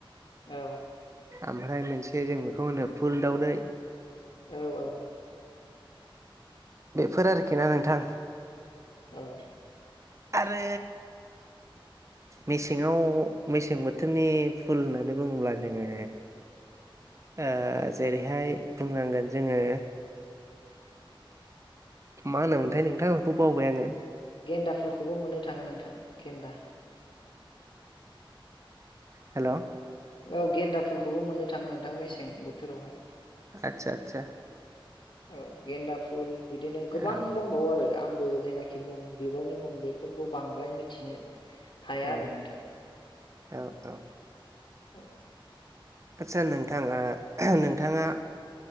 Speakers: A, on the left; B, on the right.
A: औ
B: ओमफ्राय मोनसे जों बेखौ होनो फुल दाावदै
A: औ औ
B: बेफोर आरोखि ना नोंथां।
A: औ।
B: आरो
A: <inaudible>
B: मेसेङाव मेसें बोथोरनि फुल होननानै बुङोब्ला जोङो ओ जेरैहाय बुंनांगोन जोङो मा होनोमोनथाय नोंथांखौ बावबाय आङो।
A: गेन्दा फुलखौबो मोननो थाङो नोंथां गेन्दा।
B: हेल'
A: औ गेन्दा फुलखौबो मोननो थाङो नोंथां मेसें बोथोरावहाय।
B: आतसा आतसा।
A: औ गेन्दा फुल बिदिनो गोबां
B: औ
A: दंबावो आरो आंबो जेनाखि मुं बिबारनि मुं बे फोरखौ बांद्राय मिथिनो हाया
B: उम
A: आरो नोंथां
B: औ औ।
A: औ।
B: आतसा नोंथां ओ नोंथांआ